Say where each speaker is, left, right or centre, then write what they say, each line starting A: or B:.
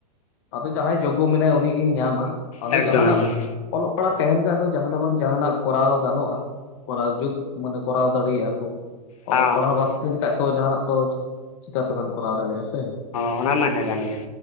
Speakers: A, on the left (about 45°); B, on the left (about 65°).
A: ᱟᱫᱚ ᱡᱟᱦᱟᱸᱭ ᱡᱳᱜᱽᱜᱳ ᱢᱮᱱᱟᱭ ᱩᱱᱤᱜᱮᱭ ᱧᱟᱢᱟ ᱟᱫᱚ
B: ᱮᱠᱫᱚᱢ
A: ᱡᱟᱦᱱᱟᱜ
B: ᱮᱠᱫᱚᱢ
A: ᱚᱞᱚᱜ ᱯᱟᱲᱦᱟᱜ ᱛᱟᱦᱮᱱ ᱠᱷᱟᱡ ᱫᱚ ᱡᱟᱦᱱᱟᱜ ᱵᱟᱝ ᱡᱟᱦᱱᱟᱜ ᱠᱚᱨᱟᱣ ᱜᱟᱱᱚᱜᱼᱟ ᱠᱚᱨᱟᱣ ᱡᱩᱛ ᱢᱟᱱᱮ ᱠᱚᱨᱟᱣ ᱫᱟᱲᱮᱭᱟᱜᱼᱟ ᱠᱚ
B: ᱦᱮᱸ
A: ᱚᱞᱚᱜ ᱯᱟᱲᱦᱟᱣ ᱵᱟᱝ ᱛᱟᱦᱮᱱ ᱠᱷᱟᱡ ᱛᱚ ᱡᱟᱦᱱᱟᱜ ᱛᱚ ᱪᱤᱠᱟᱛᱮᱵᱮᱱ ᱠᱚᱨᱟᱣ ᱫᱟᱲᱮᱭᱟᱜᱼᱟ ᱥᱮ
B: ᱦᱚᱸ ᱚᱱᱟ ᱢᱟ ᱦᱮᱸ ᱠᱟᱱ ᱜᱮᱭᱟ